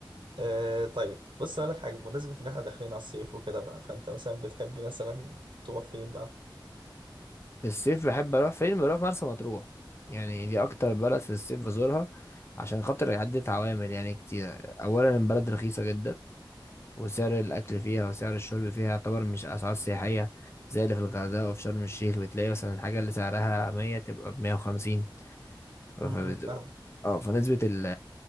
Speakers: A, on the right (about 80°); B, on the left (about 30°).
A: آه طيب بص أقول لك حاجة بمناسبة إن إحنا داخلين على الصيف وكده بقى فأنت مثلا بتحب مثلا تروح فين بقى؟
B: في الصيف بحب اروح فين بروح مرسى مطروح يعني دي اكتر بلد في الصيف بزورها عشان خاطر عدة عوامل يعني كتير اولا البلد رخيصة جدا وسعر الاكل فيها وسعر الشرب فيها يعتبر مش اسعار سياحية زي اللي في الغردقة وفي شرم الشيخ بتلاقي مثلا الحاجة اللي سعرها 100 تبقى ب 150 فبتبقى
A: امم فاهمك
B: اه فنسبة ال